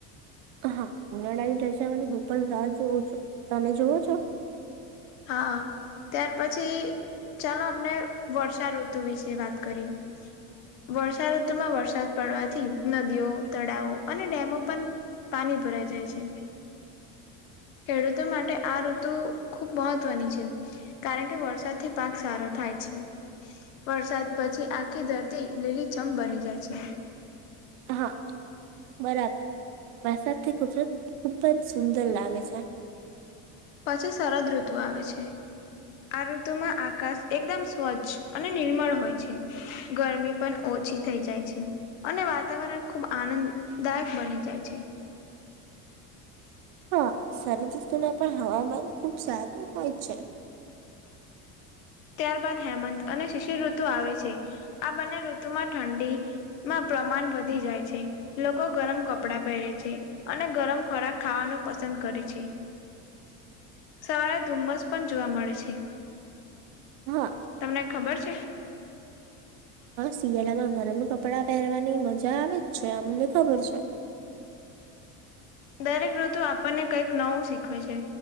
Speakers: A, on the right; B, on the left.
A: હા ઉનાળા ની રજાવાની હું પણ રાહ જોઉં છું તમે જોવો છો.
B: હા ત્યાર પછી. ચાલો આપણે વર્ષા ઋતુ વિશે વાત કરી. વર્ષા ઋતુમાં વરસાદ પડવાથી નદીઓ તળાવો અને ડેમો પણ પાણી ભુરાઈ જાય છે ખેડૂતો માટે આ ઋતુ ખૂબ મહત્વની છે કારણ કે વરસાદથી પાક સારો થાય છે વરસાદ પછી આખી ધરતી લીલીછમ બની જાય છે.
A: હા બરાબર વરસાદથી કુદરત ખૂબ જ સુંદર લાગે છે.
B: પછી સરદ ઋતુ આવે છે. આ ઋતુમાં આકાશ એકદમ સ્વચ્છ અને નિર્મળ હોય છે. ગરમી પણ ઓછી થઈ જાય છે. અને વાતાવરણ ખુબ આનંદદાયક બની જાય છે.
A: હા સર ઋસ્તુમાં પણ હવામાન ખુબ સારું હોય છે
B: ત્યારબાદ હેમંત અને શિશિર ઋતુ આવે છે આ બંને ઋતુ માં ઠંડી માં પ્રમાણ વધી જાય છે લોકો ગરમ કપડાં પહેરે છે અને ગરમ ખોરાક ખાવાનું પસંદ કરે છે સવારે ધુમ્મસ પણ જોવા મળે છે
A: <unintelligible> હા
B: તમને ખબર છે?
A: શિયાળામાં ગરમ કપડાં પહેરવાની મજા આવે જ છે અમને ખબર છે
B: દરેક ઋતુ આપણને કંઈક નવું શીખવે છે